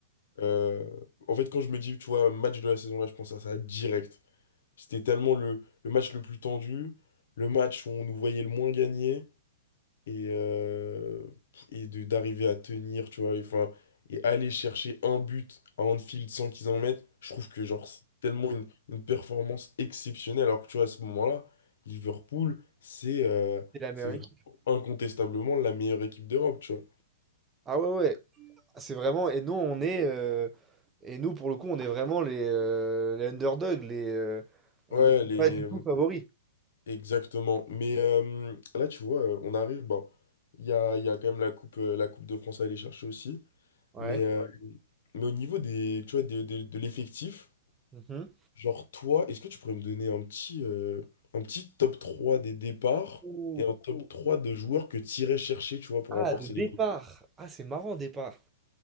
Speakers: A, on the left (about 65°); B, on the right (about 15°).
A: euh, en fait, quand je me dis, tu vois, match de la saison, là, je pense à ça direct. C'était tellement le, le match le plus tendu, le match où on nous voyait le moins gagner. et, euh, et de d'arriver à tenir, tu vois, et, enfin, et aller chercher un but à Anfield sans qu'ils en mettent, je trouve que genre c'est tellement une, une performance exceptionnelle, alors que tu vois, à ce moment-là, Liverpool, c'est euh,
B: c'est l'Amérique.
A: c'est vraiment incontestablement la meilleure équipe d'Europe, tu vois.
B: Ah ouais, ouais, c'est vraiment. Et nous, on est, euh, et nous pour le coup, on est vraiment les, euh, les underdogs, les, euh, on
A: Ouais,
B: n'est
A: les...
B: pas du tout favoris.
A: exactement. Mais euh, là, tu vois, euh, on arrive, bon, il y a, il y a quand même la coupe, euh, la coupe de France à aller chercher aussi,
B: Ouais.
A: mais, euh, mais au niveau des, tu vois, des- des- de l'effectif,
B: Mhm.
A: Genre, toi, est-ce que tu pourrais me donner un petit, euh, un petit top 3 des départs
B: Ouh,
A: et un top trois de joueurs que tu irais chercher, tu vois, pour
B: Ah,
A: renforcer
B: de départ.
A: l'équipe?
B: Ah, c'est marrant, départ.